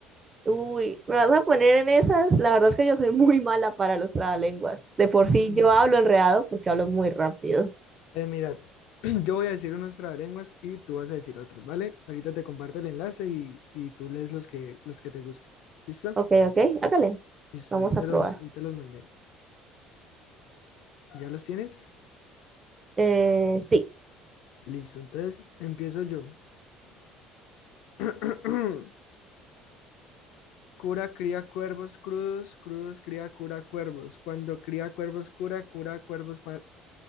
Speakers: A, on the right (about 20°); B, on the left (about 65°).
A: Uy, ¿me vas a poner en esas? La verdad es que yo soy muy mala para los trabalenguas. De por
B: Mm.
A: sí yo hablo enredado porque hablo muy rápido.
B: Eh, mira, <clears throat> yo voy a decir unos trabalenguas y tú vas a decir otros, ¿vale? Ahorita te comparto el enlace y, y tú lees los que, los que te gusten. ¿Listo?
A: Ok, ok, hágale.
B: Listo,
A: Vamos
B: ahí te
A: a probar.
B: los, ahí te los mandé. ¿Ya los tienes?
A: Eh, sí.
B: Listo, entonces empiezo yo. <clears throat> Cura cría cuervos crudos, crudos cría cura cuervos. Cuando cría cuervos cura, cura cuervos. cua-